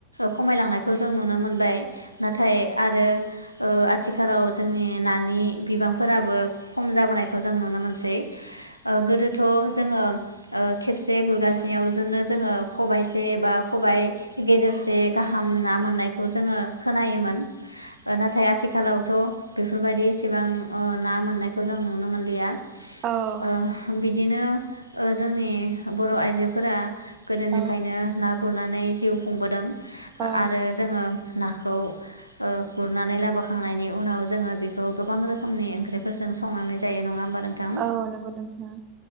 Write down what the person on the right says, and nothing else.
औ
औ
औ
औ नंगौ नोंथां